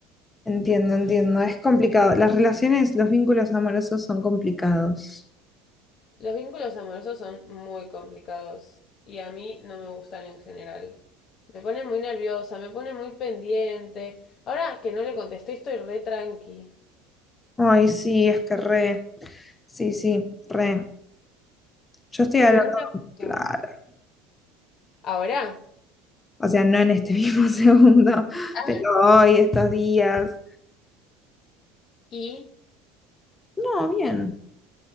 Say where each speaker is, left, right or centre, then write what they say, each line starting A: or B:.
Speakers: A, on the left; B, on the left.
A: Entiendo, entiendo. Es complicado. Las relaciones, los vínculos amorosos son complicados.
B: Los vínculos amorosos son muy complicados y a mí no me gustan en general. Me pone muy nerviosa, me pone muy pendiente. Ahora que no le contesté, estoy re tranqui.
A: Ay, sí, es que re, sí, sí, re. Yo estoy
B: Tipo,
A: hablando,
B: y no me gusta.
A: claro,
B: Ahora.
A: o sea, no en este <laughs> mismo segundo,
B: Ah.
A: pero hoy, estos días.
B: Y
A: No, bien,